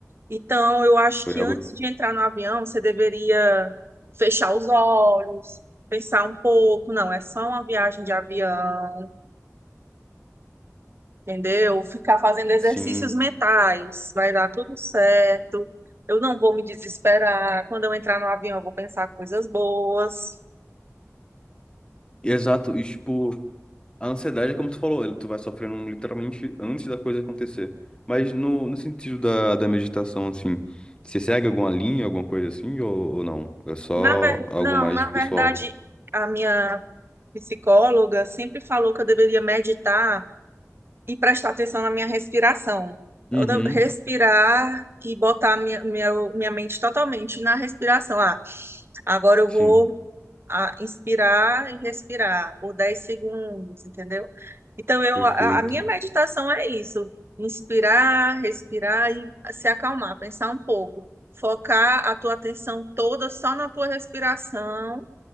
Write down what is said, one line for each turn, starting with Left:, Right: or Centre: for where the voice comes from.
Right: Então, eu acho
Left: Foi
Right: que
Left: algo,
Right: antes de entrar no avião, você deveria fechar os olhos, pensar um pouco, não, é só uma viagem de avião, entendeu? Ficar fazendo exercícios
Left: sim.
Right: mentais, vai dar tudo certo. Eu não vou me desesperar. Quando eu entrar no avião, eu vou pensar coisas boas.
Left: Exato. E, tipo, A ansiedade é como tu falou, tu vai sofrendo literalmente antes da coisa acontecer. Mas no, no sentido da, da meditação, assim, você segue alguma linha, alguma coisa assim, ou, ou não? É só
Right: Na ver...
Left: algo
Right: Não,
Left: mais
Right: na
Left: pessoal.
Right: verdade, a minha psicóloga sempre falou que eu deveria meditar e prestar atenção na minha respiração. Toda-
Left: Uhum,
Right: Respirar e botar minha, minha, minha mente totalmente na respiração. Ah, agora eu vou
Left: sim,
Right: ah, inspirar e respirar por 10 segundos, entendeu? Então, eu,
Left: perfeito.
Right: a, a minha meditação é isso: inspirar, respirar e se acalmar, pensar um pouco. Focar a tua atenção toda só na tua respiração